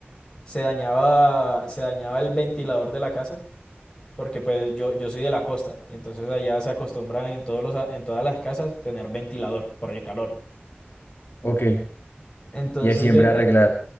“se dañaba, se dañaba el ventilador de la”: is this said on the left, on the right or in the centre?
Left